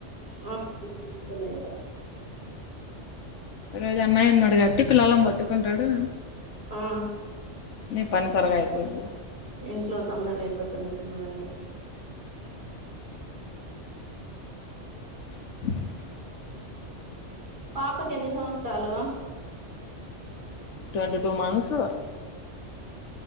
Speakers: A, on the right; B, on the left.
A: హా చూసుకోలేంకా
B: ఈరోజు అన్నయ్య ఉన్నాడు కాబ్బట్టి పిల్లలను పట్టుకుంటాడు.
A: ఆ
B: మీ పని త్వరగా అయిపోది
A: ఇంట్లో తొందరగా అయిపోతుంది పనులన్నీ
B: డ్ర్
A: పాపకి ఎన్ని సంవత్సరాలు
B: ట్వంటి టూ మంత్స్